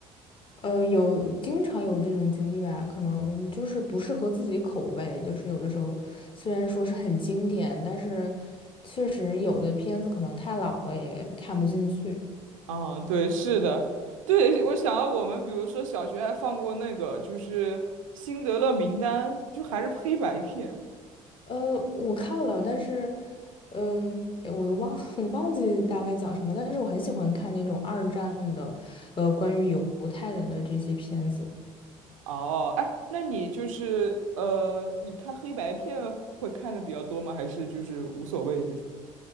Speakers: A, on the left; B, on the right.
A: 呃，有经常有这种经历吧，可能就是不适合自己口味，就是有的时候虽然说是很经典，但是确实有的片子可能太老了也看不进去。
B: 啊，对，是的，对，我想到我们比如说小学还放过那个就是《辛德勒名单》，就还是黑白片。
A: 呃，我看了，但是，嗯、诶我又忘 <laughs> 我忘记大概讲什么，但是我很喜欢看那种二战的，呃，关于犹太人的这些片子。
B: 哦，哎，那你就是呃，你看黑白片会看的比较多吗？还是就是无所谓这种？